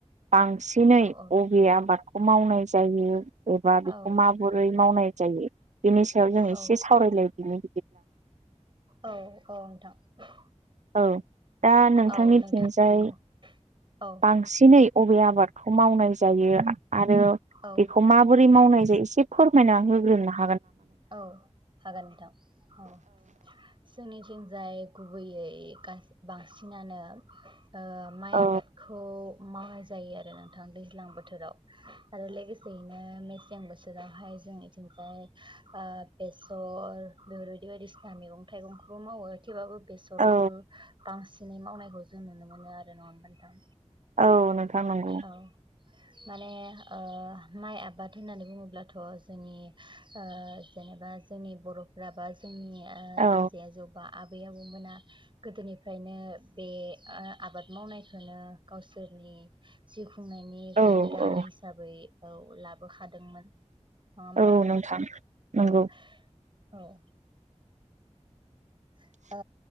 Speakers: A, on the right (about 75°); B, on the right (about 40°).
A: बांसिनै
B: औ औ
A: बबे आबादखौ मावनाय जायो एबा बेखौ
B: औ
A: माबोरै मावनाय जायो बेनि सायाव जों
B: औ
A: एसे सावरायलायदिनो
B: औ औ नोंथां।
A: औ दा नोंथांनिथिंजाय
B: औ नोंथां औ औ
A: बांसिनै अबे आबाद बेखौ मावनाय जायो आरो
B: औ
A: बेखौ माबोरै मावनाय जायो एसे फोरमायना होग्रोनो हा
B: औ हागोन नोंथां औ जोंनिथिं जाय गुबैयै बांसिनानो ओ माइ
A: औ
B: आबादखौ मावनाय जायो आरो नोंथां दैज्लां बोथोराव आरो लोगोसेयैनो मेसें बोथोराव बोरावहाय जोंनिथिंजाय ओ बेसर बेफोरबायदि बायदिसिना मैगं थाइगंखौबो मावो थेवब्लाबो बेसरखौ
A: औ
B: बांसिनै मावनायखौ जों नुनो मोनो आरो नङा होमबा नोंथां।
A: औ नोंथां नंगौ।
B: औ माने ओ माइ आबाद होननानै बुङोब्लाथ जोंनि ओ जेनेबा जोंनि बरफ्रा बा जोंनि
A: औ
B: आजै आजौबा आबै आबौमोना गोदोनिफ्रायनो बे ओ आबाद मावनायखौनो गावसि इसोरनि जिउ खुंनायनि
A: औ
B: गुबै राहा
A: औ
B: हिसाबै औ लाबोखादोंमोन। नङा होमबा
A: औ नोंथां।
B: औ
A: नंगौ
B: औ।
A: <inaudible>
B: ओ